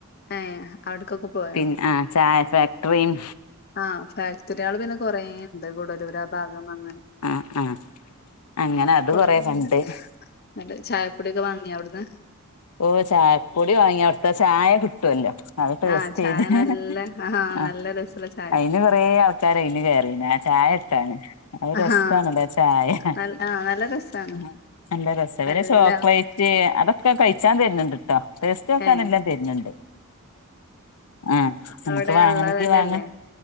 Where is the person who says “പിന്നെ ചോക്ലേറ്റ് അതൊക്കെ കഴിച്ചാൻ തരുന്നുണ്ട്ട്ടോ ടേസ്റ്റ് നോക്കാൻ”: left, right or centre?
Left